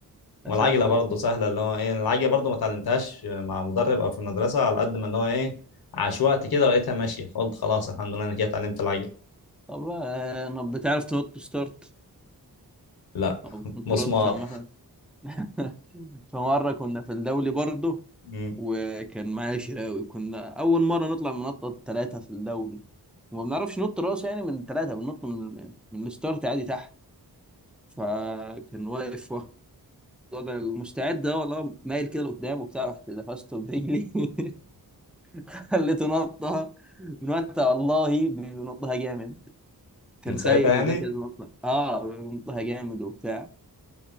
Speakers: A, on the left; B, in the centre.
A: والعجله
B: فسهل
A: برضه سهله اللي هو ايه العجله برضه ما اتعلمتهاش مع مدرب او في المدرسه على قد ما اللي هو ايه عشوائي كده لقيتها ماشيه فقلت خلاص الحمد لله انا كده اتعلمت العجله
B: طب آه، ما بتعرف تنط ستارت
A: لا
B: او بتنطرش
A: <laughs> مسمار
B: عامة <laughs> فمرة كنا في الدولي برضه
A: مم.
B: وكان معايا شراوي كنا أول مرة نطلع من نطة ثلاثة في الدولي وما بنعرفش نط راس يعني من ثلاثة بننط من من الستارت عادي تحت فكان واقف انا المستعد ده والله مايل كده لقدام وبتاع رحت لفسته برجلي <laughs> خليته نطها من وقتها والله بينطها جامد كان
A: من ساعتها
B: خايف
A: يعني
B: وكان كده نطها اه بينطها جامد وبتاع